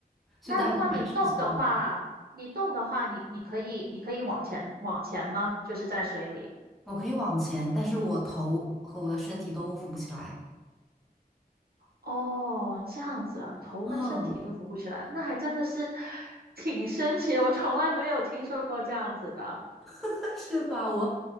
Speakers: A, in the centre; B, on the right.
A: 所以大家都蛮吃惊的。
B: 那如果你动的话，你动的话，你你可以你可以往前往前吗？就是在水里。
A: 我可以往前，但是我头和我的身体都扶不起来。
B: 哦，这样子啊，头跟身体都浮不起来，
A: 嗯，
B: 那还真的是挺神奇的我从来没有听说过这样子的。
A: <laughs> 是吧？我